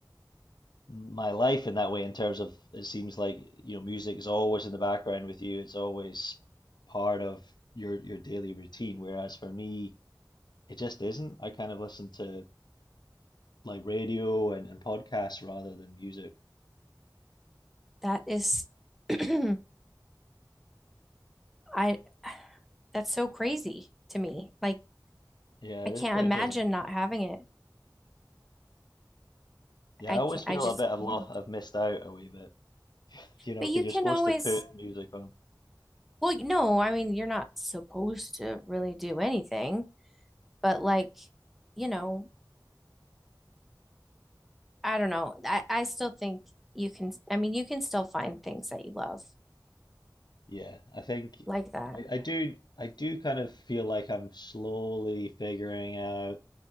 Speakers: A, on the left (about 65°); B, in the centre.
A: my life in that way in terms of it seems like you know music is always in the background with you. It's always part of your your daily routine. Whereas for me, it just isn't. I kind of listen to like radio and, and podcasts rather than music.
B: That is <clears throat> I <sighs> that's so crazy to me. Like
A: Yeah,
B: I
A: it
B: can't
A: is quite
B: imagine
A: interesting.
B: not having it.
A: Yeah,
B: I
A: I always
B: can't
A: feel
B: I just
A: a bit of lo
B: can't.
A: I've missed out a wee bit. you know,
B: But
A: because
B: you can
A: you're supposed
B: always
A: to put music on.
B: well, you know, I mean, you're not supposed to really do anything, but like, you know, I don't know. I, I still think you can I mean, you can still find things that you love
A: Yeah, I think
B: like that.
A: I, I do I do kind of feel like I'm slowly figuring out